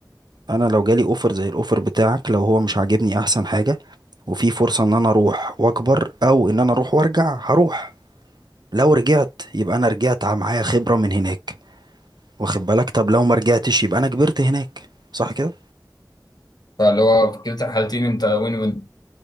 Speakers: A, on the right (about 70°); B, on the left (about 65°).
A: أنا لو جالي أوفر زي الأوفر بتاعك لو هو مش عاجبني أحسن حاجة وفي فرصة إن أنا أروح وأكبر أو إن أنا أروح وأرجع هروح لو رجعت يبقى أنا رجعت ع- معايا خبرة من هناك واخد بالك طب لو ما رجعتش يبقى انا كبرت هناك صح كده
B: فاللي هو في كلتا الحالتين انت وين وين